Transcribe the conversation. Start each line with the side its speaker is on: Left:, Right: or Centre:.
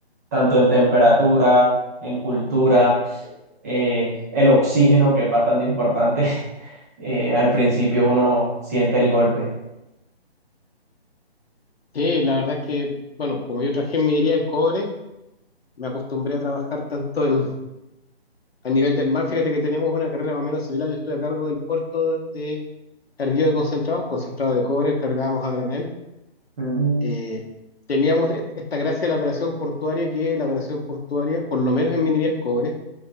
Right: tanto en temperatura, en cultura, eh, el oxígeno, que es bastante importante. <laughs> Eh, al principio uno siente el golpe.
Left: Sí, la verdad que, bueno, como yo traje en minería el cobre, me acostumbré a trabajar tanto en, a nivel del mar. Fíjate que tenemos una carrera más o menos similar. Yo estoy a cargo del puerto de carguillo de concentrado, concentrado de cobre, cargábamos a granel.
Right: Mm,
Left: Eh, teníamos est- esta gracia de la operación portuaria, que la operación portuaria, por lo menos en minería del cobre,